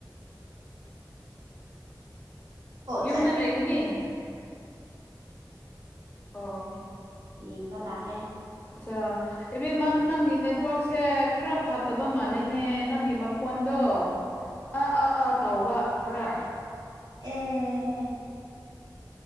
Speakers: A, on the left (about 20°); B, on the right (about 65°).
A: ꯌꯨꯝꯗ
B: ꯆꯠ
A: ꯂꯩꯒꯅꯤ ꯑꯣ
B: ꯌꯦꯡꯕ ꯇꯥꯔꯦ
A: ꯑꯠꯆꯥ ꯏꯕꯦꯝꯃ ꯅꯪꯒꯤ ꯅꯦꯠꯋꯔꯛꯁꯦ ꯈꯔ ꯐ ꯐꯠꯇꯕ ꯃꯥꯜꯂꯦꯅꯦ ꯅꯪꯒꯤ ꯃꯈꯣꯟꯗꯣ ꯑꯥ ꯑꯥ ꯑꯥ ꯇꯧꯕ ꯈꯔ
B: ꯑꯣ